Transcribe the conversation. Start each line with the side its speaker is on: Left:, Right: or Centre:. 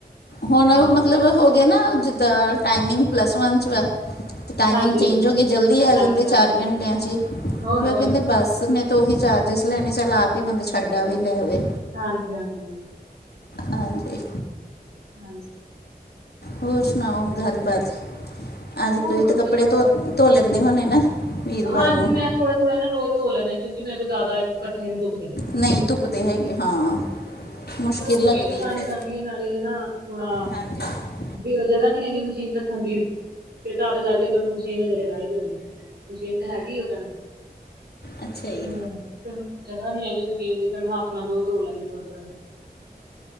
Left: ਹੁਣ
Right: ਹਾਂ
Left: ਮਤਲਬ ਹੋ ਗਏ ਨਾ ਜਿੱਦਾਂ ਟਾਈਮਿੰਗ ਪਲੱਸ ਵਨ ਚ ਵਾ ਅਤੇ ਟਾਈਮਿੰਗ
Right: ਹਾਂਜੀ
Left: ਚੇਂਜ ਹੋ ਗਈ ਜਲਦੀ ਆ
Right: ਹਾਂਜੀ
Left: ਜਾਂਦੇ ਚਾਰ
Right: ਹਾਂਜੀ
Left: ਘੰਟਿਆਂ ਚ ਈ
Right: ਹੋਰ
Left: ਫਿਰ
Right: ਹੋਰ
Left: ਕਹਿੰਦੇ ਬਸ ਨੇ ਤੋਂ ਉਹੀ ਚਾਰਜਿਸ ਲੈਣੇ ਚੱਲ ਆਪ ਹੀ ਬੰਦਾ ਛੱਡ ਆਵੇ ਲੈਵੇ।
Right: ਹਾਂਜੀ-ਹਾਂਜੀ।
Left: ਹਾਂਜੀ।
Right: ਹਾਂਜੀ
Left: ਹੋਰ ਸੁਣਾਓ ਗੱਲਬਾਤ ਅੱਜ
Right: ਹੋਰ
Left: ਤੁਸੀਂ
Right: ਵਧੀਆ
Left: ਤੇ ਕੱਪੜੇ ਧੋ
Right: ਬਸ
Left: ਧੋ ਲੈਂਦੇ ਹੋਣੇ ਨਾ। ਵੀਰਵਾਰ
Right: ਹਾਂਜੀ
Left: ਨੂੰ
Right: ਮੈਂ ਥੋੜੇ ਥੋੜ੍ਹੇ ਨਾ ਰੋਜ ਧੋ ਲੈਂਨੀ ਹਾਂ, ਕਿਉਂਕ ਮਰੇ ਕੋਲ ਜਿਆਦਾ ਇਕੱਠ ਨੀ ਤੁੱਪਦੇ।
Left: ਨਹੀਂ ਤੁੁੱਪਦੇ ਹੈਗੇ, ਹਾਂ।
Right: ਫਿਰ
Left: ਮੁਸ਼ਕਿਲ
Right: ੳਹ ਮਸ਼ੀਨ
Left: ਲੱਗਦੀ
Right: ਲਗਾਉਣੀ
Left: ਫਿਰ
Right: ਪੈਂਦੀ ਹੈ ਨਾਲੇ ਨਾ, ਥੋੜਾ
Left: ਹਾਂਜੀ
Right: ਵੀ ਉਹ ਜਗ੍ਹਾ ਨੀ ਹੈਗੀ ਮਸ਼ੀਨ ਰੱਖਣ ਦੀ ਤੇ ਤਦ ਕਰਕੇ, ਫਿਰ ਮਸ਼ੀਨ ਅਜੇ ਲਗਾਈ ਨੀ ਹੋਈ। ਮਸ਼ੀਨ ਤਾਂ ਹੈਗੀ ਓਦਾਂ,
Left: ਅੱਛਾ ਜੀ
Right: ਹਮ। ਫਿਰ ਜਗ੍ਹਾ ਨੀ ਹੈਗੀ ਮਸ਼ੀਨ ਦੀ, ਫਿਰ ਮੈਂ ਹੱਥ ਨਾਲ ਰੋਜ ਤੋ ਲੈਂਨੀ ਹਾਂ ਥੜੇ ਥੋੜੇ